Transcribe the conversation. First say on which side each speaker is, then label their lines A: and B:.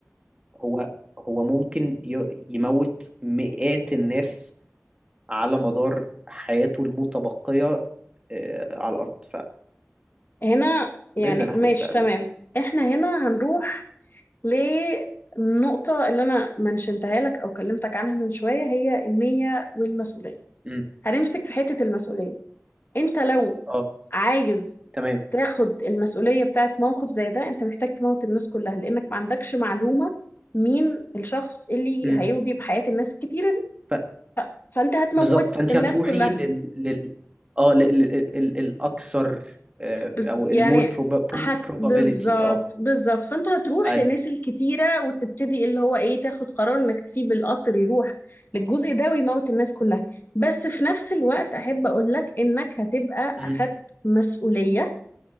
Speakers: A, on the right (about 20°); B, on the left (about 45°).
A: هو هو ممكن ي- يموت مئات الناس على مدار حياته المتبقية آه، على الأرض
B: هنا يعني
A: فماذا نحن
B: ماشي
A: بفعله؟
B: تمام احنا هنا هنروح للنقطة اللي انا منشنتها لك او كلمتك عنها من شوية هي النية والمسؤولية
A: مم.
B: هنمسك في حتة المسؤولية انت لو
A: اه
B: عايز
A: تمام
B: تاخد المسؤولية بتاعت موقف زي ده انت محتاج تموت الناس كلها لانك ما عندكش معلومة مين الشخص اللي
A: مم.
B: هيودي بحياة الناس الكتيرة دي
A: ف
B: فانت هتموت
A: بالظبط فأنت
B: الناس
A: هتروحي
B: كلها
A: لل لل اه لل... لل... ال- الأكثر آه،
B: بز
A: أو المور
B: يعني هت
A: probability
B: بالظبط
A: اه
B: بالظبط فانت هتروح
A: أيوه
B: للناس الكتيرة وتبتدي اللي هو ايه تاخد قرار انك تسيب القطر يروح للجزء ده ويموت الناس كلها بس في نفس الوقت احب اقول لك انك هتبقى
A: مم.
B: اخدت مسؤولية